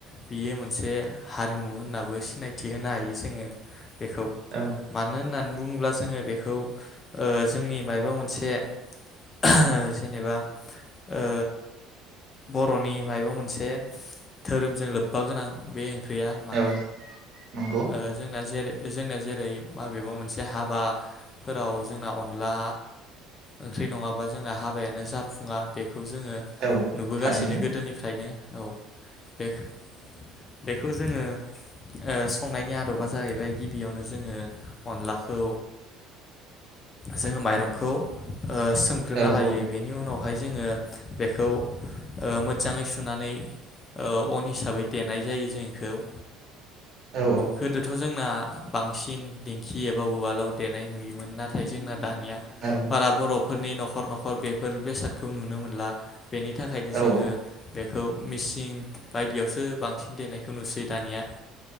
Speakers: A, on the left (about 25°); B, on the right (about 45°).
A: बियो मोनसे हारिमु होननाबो सिनायथि होनो हायो जोङो। बेखौ
B: औ
A: मानो होननानै बुङोब्ला जोङो बेखौ ओ जोंनि मायबा मोनसे ओ जेनेबा ओ बर'नि मायबा मोनसे धोरोमजों लोब्बा गोनां बे ख्रैया मा
B: औ नंगौ
A: ओ जोंना जेर जोंना जेरै माबेबा मोनसे हाब बा फोराव जोंना अनला ओंख्रि नङाबा जोंना हाबायानो जाफुङा बे खौ जोङो
B: औ
A: नुबोगासिनो
B: थारैनो
A: गोदोनिफ्रायनो। औ बेख-बेखौ जोङो ओ संनायनि आदबा जाहैबाय गिबियावनो जोङो अनलाखौ जोङो माइरंखौ ओ सोमग्रोना
B: औ
A: लायो
B: औ
A: बेनि उनावहाय जोङो बेखौ ओ मो जाङै सुनानै ओ अन हिसाबै देनाय जायो जों इखौ ओ
B: औ
A: गोदोथ' जोंना बांसिन दिंखि एबा उवालाव देनाय नुयोमोन नाथाय जोंना दानिया
B: औ
A: बारा बरफोरनि नख खर नखर बेफोर बेसादखौ नुनो मोनला। बेनि थाखायनो जोङो
B: औ
A: बेखौ मिसिं बायदियावसो बांसिन देनायखौ नुसै दानिया।